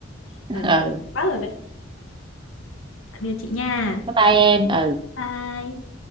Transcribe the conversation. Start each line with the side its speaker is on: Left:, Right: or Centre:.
Right: <laughs>
Left: ở nhà
Right: ừ.
Left: quá rồi đấy tạm biệt chị nha
Right: bye bye em ừ
Left: bye